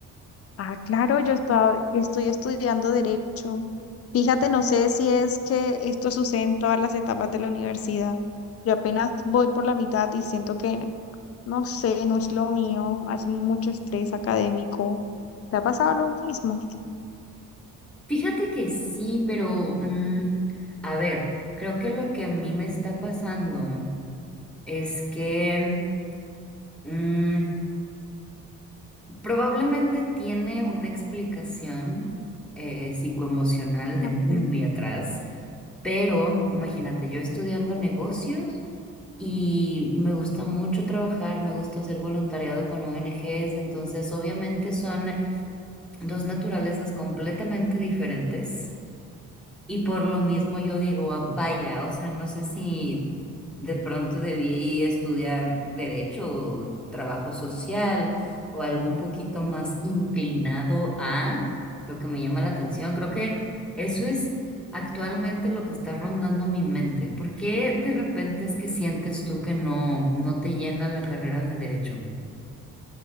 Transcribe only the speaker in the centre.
Fíjate que sí, pero mm, a ver, creo que lo que a mí me está pasando es que mm, probablemente tiene una explicación eh, psicoemocional de
muy, muy atrás, pero imagínate, yo estudiando negocios y me gusta mucho trabajar, me gusta hacer voluntariado con ONGs, entonces obviamente son dos naturalezas completamente diferentes. Y por lo mismo yo digo, "Ah, vaya, o sea, no sé si de pronto debí estudiar derecho o trabajo social o algo un poquito más inclinado a lo que me llama la atención. Creo que eso es actualmente lo que está rondando mi mente. ¿Por qué de repente es que sientes tú que no, no te llena la carrera de derecho?